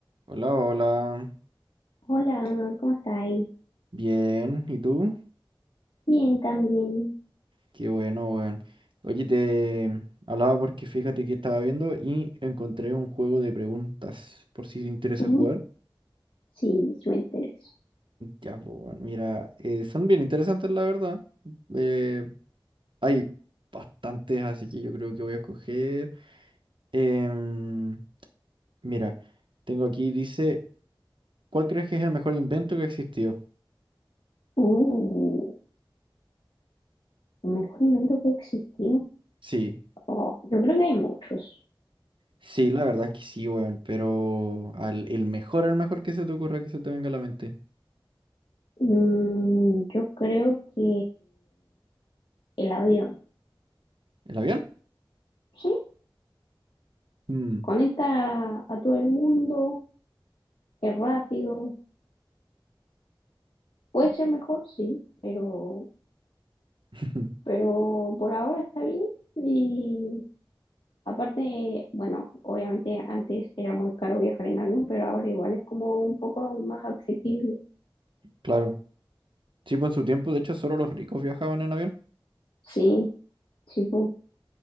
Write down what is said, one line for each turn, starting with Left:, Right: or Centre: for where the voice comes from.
Right: Hola, hola.
Left: Hola, ¿cómo estáis?
Right: Bien, ¿y tú?
Left: Bien, también.
Right: Qué bueno, weón. Oye, te hablaba porque fíjate que estaba viendo y encontré un juego de preguntas, por si te interesa
Left: Mm,
Right: jugar.
Left: sí, sí me interesa.
Right: Ya, pues, weón, mira, eh, son bien interesantes, la verdad. Eh, hay bastantes, así que yo creo que voy a escoger. em, mira, tengo aquí, dice, ¿cuál crees que es el mejor invento que existió?
Left: Uh, el mejor invento que existió.
Right: Sí.
Left: Oh, yo creo que hay muchos.
Right: Sí, la verdad es que sí, weón, pero al, el mejor, el mejor que se te ocurra que se te venga a la mente.
Left: Mm, yo creo que el avión,
Right: ¿El avión?
Left: ¿sí?
Right: Mm,
Left: Conecta a todo el mundo, es rápido. Puede ser mejor, sí, pero,
Right: <laughs>
Left: pero por ahora está bien. Y aparte, bueno, obviamente antes era muy caro viajar en avión, pero ahora igual es como un poco más accesible.
Right: Claro. Sí, pues en su tiempo, de hecho, solo los ricos viajaban en avión.
Left: Sí, sí, pu.